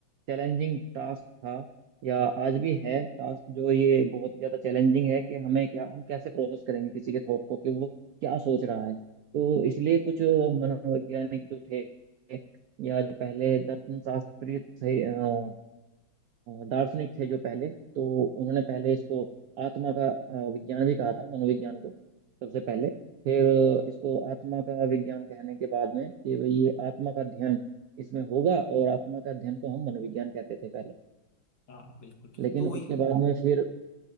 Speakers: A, on the right; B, on the left.
A: चैलेंजिंग टास्क था या आज भी है टास्क जो ये बहुत ही ज्यादा चैलेंजिंग है कि हमें क्या हम कैसे प्रोसेस करेंगे किसी के थॉट को कि वो क्या सोच रहा है तो इसलिए कुछ मनोवैज्ञानिक जो थे या जो पहले दर्शन शास्त्री थे अ, दार्शनिक थे जो पहले तो उन्होंने पहले इसको आत्मा का अ, विज्ञान भी कहा था मनोविज्ञान को सबसे पहले फिर इसको आत्मा का विज्ञान कहने के बाद में कि भाई ये आत्मा का अध्ययन इसमें होगा और आत्मा का अध्ययन को हम मनोविज्ञान कहते थे पहले
B: हाँ बिल्कुल
A: लेकिन
B: तो
A: उसके
B: वही
A: बाद में फिर